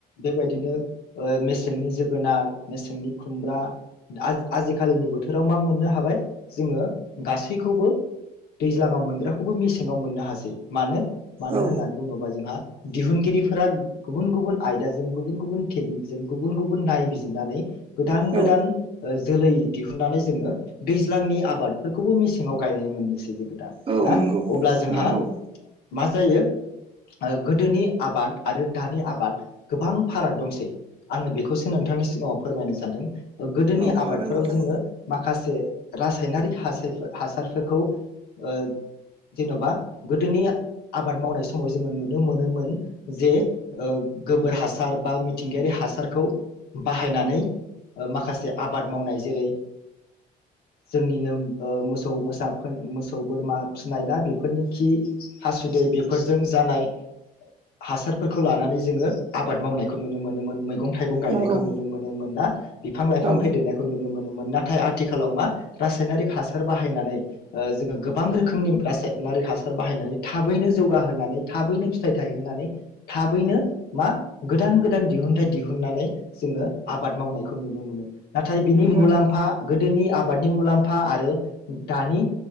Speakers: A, on the left; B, on the right.
A: बेबायदिनो ओ मेसेंनि जोगोनार, मेसेंनि खुमब्रा आ आजिखालिनि बोथोराव मा मोननो हाबाय जोङो गासैखौबो दैज्लाङाव मोनग्राखौबो मेसेङाव मोननो हासै मानो? मानो
B: औ
A: होननानै बुङोबा जोंहा दिहुनगिरिफोरा गुबुन गुबुन आयदाजों गुबुन गुबुन टेकनिकजों गुबुन गुबुन नायबिजिरनानै गोदान गोदान
B: औ
A: ओ जोलै दिहुननानै जोङो दैज्लांनि आबादफोरखौबो मेसेङाव गायनाय मोननोसै जोङो दा।
B: औ
A: ना
B: नोंगौ
A: अब्ला जोंहा
B: नोंगौ।
A: मा जायो ओ गोदोनि आबाद आरो दानि आबाद गोबां फाराग दंसै आङो बेखौसो नोंथांनि सिगाङाव फोरमायनो सानदों। ओ गोदोनि
B: औ
A: आबादफोराव
B: हागोन नोंथां।
A: जोङो
B: औ
A: माखा खासे रासायनारिक हासाय हासारफोरखौ ओ जेन'बा गोदोनि आबाद मावनाय समाव जोङो नुनो मोनोमोन जे ओ गोबोर हासार बा मिथिंगायारि हासारखौ बाहायनानै माखासे आबाद मावनाय जेरै जोंनिनो मोसौ मोसाफोर मोसौ बोरमा फिसिनाय ना बेफोरनि खि हासुदै बेफोरजों जानाय हासार फोरखौ लानानै जोङो आबाद मावनायखौ नुनो मोनोमोन। मैगं थाइगं गायनायखौ
B: नंगौ
A: नुनो मोनोमोन ना बिफां लाइफां
B: औ
A: फेदेरनायखौ नुनो मोनो मोन नाथाय आथिखालाव मा रासायनारिक हासार बाहायनानै ओ जोङो गोबां रोखोमनि रासायनारिक हासार बाहायनानै थाबैनो जौगाहोनानै थाबैनो फिथाइ थायहोनानै थाबैनो मा गोदान गोदान दिहुनथायाइ दिहुननानै जोङो आबाद मावनायखौ नुनो मोनो। नाथाय बिनि
B: नंगौ
A: मुलाम्फा गो दोनि आबादनि मुलाम्फा आरो दानि